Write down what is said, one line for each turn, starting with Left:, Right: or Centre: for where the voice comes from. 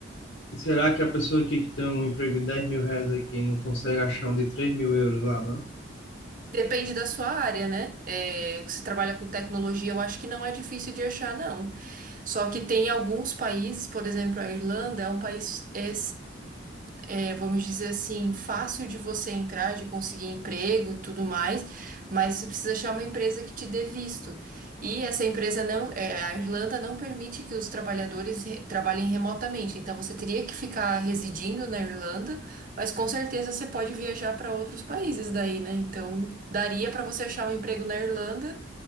Left: Será que a pessoa que que tem um emprego de 10 mil reais aqui não consegue achar um de 3 mil euros lá, não?
Right: Depende da sua área, né? É, se trabalha com tecnologia, eu acho que não é difícil de achar, não. Só que tem alguns países, por exemplo, a Irlanda é um país é, é, vamos dizer assim, fácil de você entrar, de conseguir emprego e tudo mais, mas você precisa achar uma empresa que te dê visto. E essa empresa não, é, a Irlanda não permite que os trabalhadores re- trabalhem remotamente, então você teria que ficar residindo na Irlanda, mas com certeza você pode viajar para outros países daí, né? Então daria para você achar um emprego na Irlanda,